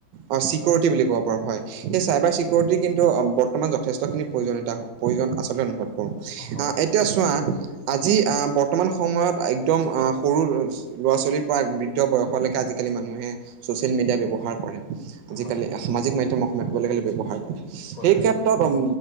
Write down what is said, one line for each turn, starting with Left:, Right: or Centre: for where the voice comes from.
Right: অ', ছিকিউৰটি বুলি ক'ব পাৰো। হয়, সেই
Left: হয়
Right: চাইবাৰ চি ছিকিউৰটি কিন্তু বৰ্তমান যথেষ্টখিনি প্ৰয়োজনীয়তা হ প্ৰয়োজন আচলে অনুভৱ কৰো।
Left: হয়
Right: আহ এতিয়া চোৱা আজি আ বৰ্তমান সময়ত একদম সৰু ল'ৰা-ছোৱালীৰ পৰা বৃদ্ধ বয়সলৈকে আজিকালি মানুহে ছচিয়েল মিডিয়া ব্যৱহাৰ কৰে। আজিকালি
Left: হয়
Right: সামাজিক মাধ্যম অসমীয়াত ক'বলে গ'লে ব্যৱহাৰ কৰে।
Left: কৰে
Right: সেই ক্ষেত ত ম